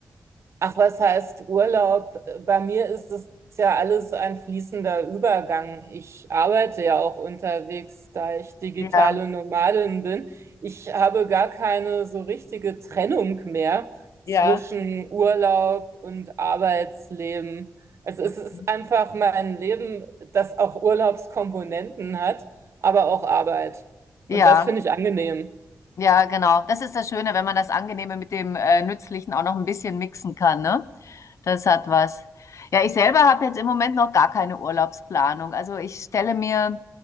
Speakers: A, on the right; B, on the left.
A: Ach, was heißt Urlaub? Bei mir ist es ja alles ein fließender Übergang. Ich arbeite ja auch unterwegs, da ich digitale
B: Ja,
A: Nomadin bin. Ich habe gar keine so richtige Trennung mehr zwischen
B: ja.
A: Urlaub und Arbeitsleben. Also es
B: Mhm.
A: ist einfach mein Leben, das auch Urlaubskomponenten hat, aber auch Arbeit. Und
B: Ja,
A: das finde ich angenehm.
B: ja, genau. Das ist das Schöne, wenn man das Angenehme mit dem äh, Nützlichen auch noch ein bisschen mixen kann, ne? Das hat was. Ja, ich selber habe jetzt im Moment noch gar keine Urlaubsplanung. Also ich stelle mir,